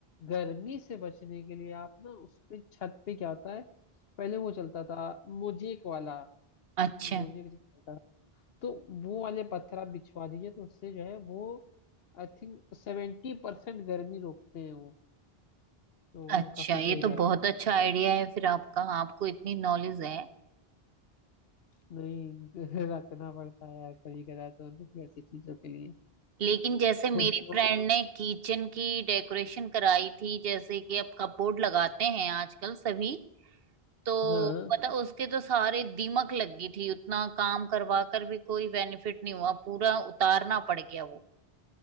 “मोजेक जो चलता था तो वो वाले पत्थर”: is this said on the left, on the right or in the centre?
Left